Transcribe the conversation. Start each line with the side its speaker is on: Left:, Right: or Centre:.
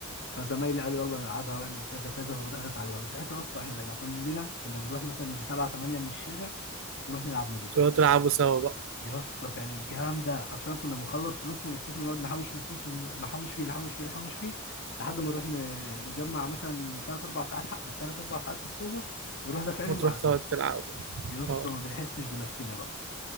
Left: فزمايلي قالوا يلا نلعبها واعمل كذا كذا فبدات اتعلمها من ساعتها اصلا احنا بقينا كلنا كنا بنروح مثلا يجي سبعة تمانية من الشارع نروح نلعب ميدلي
Right: تروحوا تلعبوا سوا بقى
Left: يا اسطى كان جامده حرفيا كنا بنخلص فلوسنا مصروفنا نقعد نحوش مصروفنا نحوش فيه نحوش فيه نحوش فيه لحد ما نروح ن- نجمع مثلا ثلاث اربع ساعات حق ثلاث اربع ساعات في السايبر ونروح دافعينهم
Right: وتروح
Left: وقاعدين
Right: تقعد تلعبوا
Left: يا اسطى
Right: اه
Left: ما بنحسش بنفسنا بقى